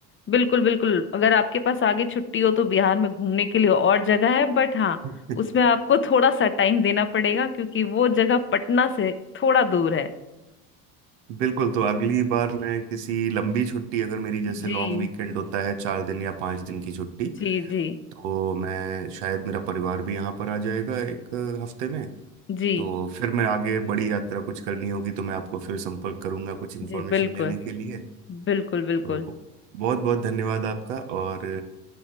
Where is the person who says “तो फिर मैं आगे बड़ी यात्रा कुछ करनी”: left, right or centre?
Right